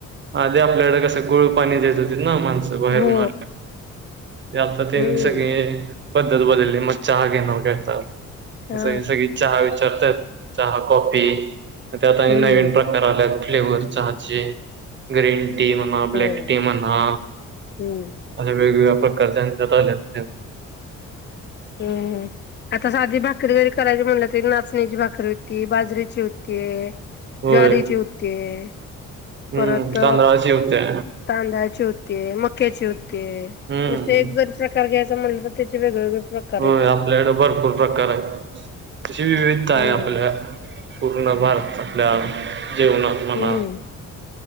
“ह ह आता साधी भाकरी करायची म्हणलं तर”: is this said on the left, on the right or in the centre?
Left